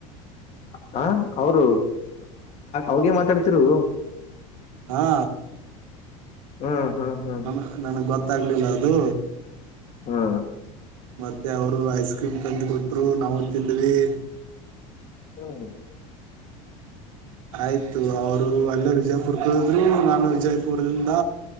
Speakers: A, on the left; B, on the right.
A: ಹ ಅವರು ಅವ ಮಾತಾಡ್ ಕತ್ರು
B: ಹಾ
A: ಹ್ಮ್ ಹ್ಮ್ ಹ್ಮ್
B: ನ ನನಗ್ ಗೊತ್ತ ಗೊತ್ತಾಗಲಿಲ್ಲ ಅದು
A: ಹ್ಮ
B: ಮತ್ತೆ ಅವರು ಐಸ್ ಕ್ರೀಮ್ ತಂದು ಕೊಟ್ರು, ನಾವು ತಿಂದ್ವಿ.
A: ಹ್ಮ
B: ಆಯ್ತು ಅವರು ಅಲ್ಲೇ ವಿಜಯಪುರ್ ಇಳಕ್ಳುದ್ರು ನಾನು ವಿಜಯಪುರದಿಂದ